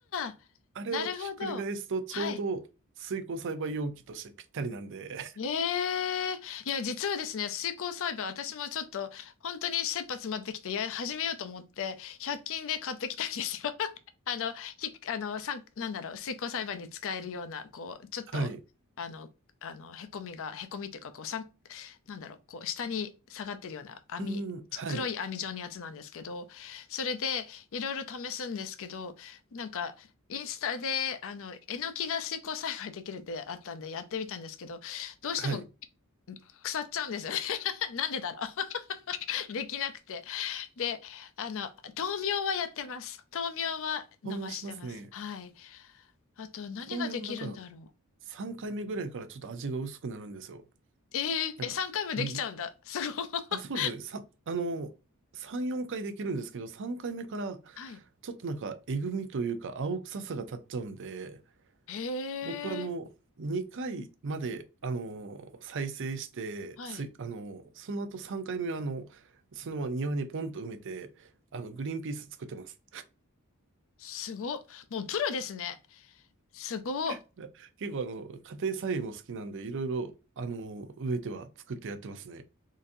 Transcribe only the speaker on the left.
あ、
なるほど。はい。ええいや、実はですね、水耕栽培、私もちょっと、本当に切羽詰まってきて、や、始めようと思って、100均で買ってきたんですよ。<laughs> あの、ひ、あの、さん、なんだろう、水耕栽培に使えるような、こう、ちょっと、
あの、あの、へこみが、へこみっていうか、こう、さん、なんだろう、こう、下に下がってるような網、
黒い網状のやつなんですけど、それで、いろいろ試すんですけど、なんか、インスタで、あの、えのきが水耕栽培できるってあったんで、やってみたんですけど、どうしても
腐っちゃうんですよね。<laughs> なんでだろう。<laughs> できなくて。で、あの、豆苗はやってます。豆苗は伸ばしてます。
はい。あと、何ができるんだろ
う。えー、
え、3回もできちゃうんだ。
すごい。<laughs>
はい。
へえ、
はい。
すご。もうプロですね。すご。